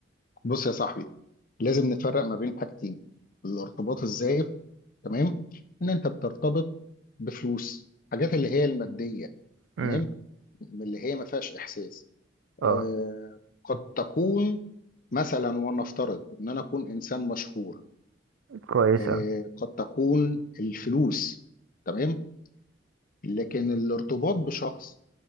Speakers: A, on the left; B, on the right.
A: بص يا صاحبي لازم نفرق ما بين حاجتين الارتباط الزائف تمام ان انت بترتبط بفلوس حاجات اللي هي الماديه
B: امم
A: تمام من اللي هي ما فيهاش احساس
B: اه
A: آه قد تكون مثلا ونفترض ان انا اكون انسان مشهور
B: كويس
A: آه
B: اوي
A: قد تكون الفلوس تمام لكن الارتباط بشخص